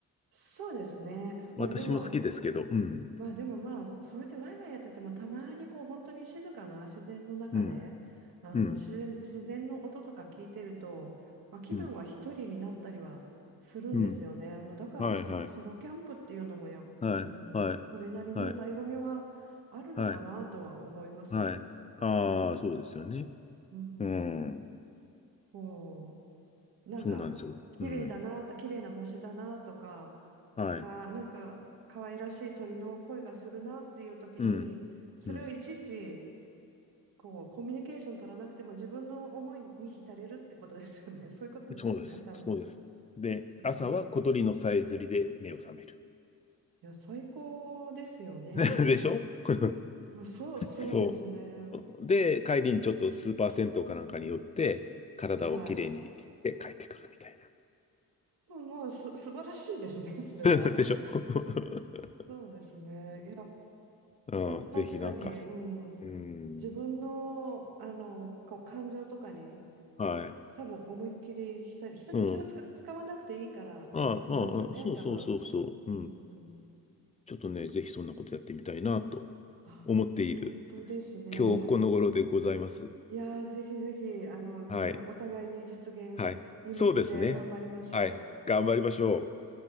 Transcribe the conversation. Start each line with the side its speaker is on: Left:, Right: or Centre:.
Right: そうですね。まあでも
Left: 私も好きですけど、うん、
Right: まあでもまあそうやってワイワイやっててもたまにこう本当に静かな自然の中であの自然、
Left: うん、うん、
Right: 自然の音とか聞いてると、まあ、気分は一人になったりはするんですよね、
Left: うん、うん。
Right: まあ、だからソロ、
Left: はい、はい、
Right: ソロキャンプっていうのもや、
Left: はい、
Right: うん、
Left: はい、
Right: それなりの醍醐味はあるのかなとは思います。
Left: はい、はい、はい。ああ、そうですよね。
Right: うん、
Left: うん、
Right: こうなんか綺麗だなと綺麗な星だなとか
Left: そうなんですよ。うん、はい、
Right: あーなんか可愛らしい鳥の声がするなっていう時にそれをいちいち
Left: うん、うん。
Right: こうコミュニケーション取らなくても自分の思いに浸れるってことですよね <laughs> そういうことですよね多分、
Left: そうです、そうです。で、
Right: うん、
Left: 朝は小鳥のさえずりで目を覚める。
Right: いや最高ですよね
Left: <laughs> でしょ <laughs>
Right: まあそうそうですね
Left: そう。で、帰りにちょっとスーパー銭湯かなんかに寄って、体をきれいにして帰ってくるみたい
Right: はいまあまあす素晴らしいですねそれは
Left: な。<laughs> でしょ
Right: <laughs>
Left: <laughs>
Right: そうですね
Left: ああ、
Right: た、確かに、
Left: ぜひなんか
Right: うん。
Left: うん、
Right: 自分の、あの、こう、感情とかに、
Left: はい。
Right: 多分思いっきり人に、人に気を使使わなくていいからっていうのもありますよね、
Left: うん。ああ、ああそうそうそうそう。
Right: 多分。
Left: うん。
Right: うん。
Left: ちょっとね、ぜひそんなことやってみたいなと
Right: あ、
Left: 思っている
Right: 本当ですね。
Left: 今日この頃でございます。
Right: いやー、ぜひぜひ、あの、
Left: はい。
Right: じ、あ、お互いに実現に向けて頑張りましょう。
Left: はい。そうですね。はい。頑張りましょう。